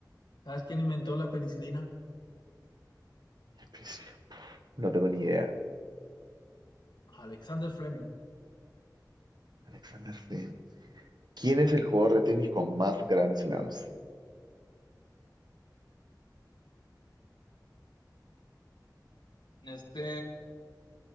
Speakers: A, on the left (about 80°); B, on the right (about 70°).
A: ¿Sabes quién inventó la penicilina?
B: Empecé. No tengo ni idea.
A: Alexander Fleming.
B: Alexander Fleming. ¿Quién es el jugador de tenis con más Grand Slams?
A: Este,